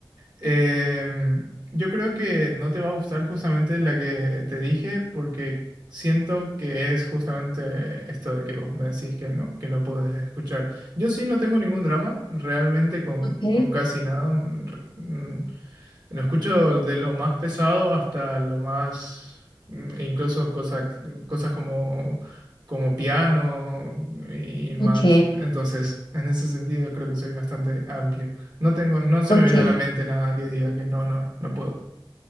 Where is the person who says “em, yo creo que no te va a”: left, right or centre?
Right